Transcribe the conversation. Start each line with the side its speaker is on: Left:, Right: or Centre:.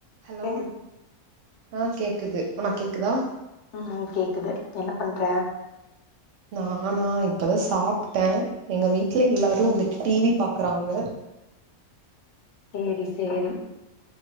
Right: Hello
Left: கேக்குது
Right: ஆஹ் கே க்குது உனக்கு கேக்குதா
Left: ஆ ஆ கேக்குது என்ன பண்ற
Right: நானா இப்பதா சாப்ட்டே எங்க வீட்ல எல்லாரு வந்துட்டு டிவி பாக்குறாங்க
Left: சேரி சேரி